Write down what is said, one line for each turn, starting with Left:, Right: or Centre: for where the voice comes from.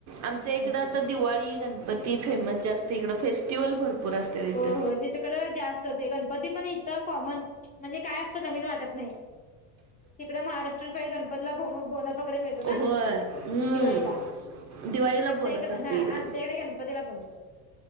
Right: आमच्या इकडं
Left: गणपती
Right: आता दिवाळी घण पण ती फेमस जास्त इकं फेस्टिवल भरपूर असते इथं
Left: हो हो तिथेकडं जास्त होते गणपती पण इतथं कॉमन म्हणजे काय असतं नवीन वाटत नाही. तिकडे महाराष्ट्र सासाठी गणपला बोनस वगैरेळ
Right: होय हम्म
Left: दिवाळीला
Right: दिवाळीला
Left: आमच्या
Right: बोनस
Left: इकड
Right: असते
Left: ह
Right: इकडे
Left: आमच्याडे घे. त्याला बलाच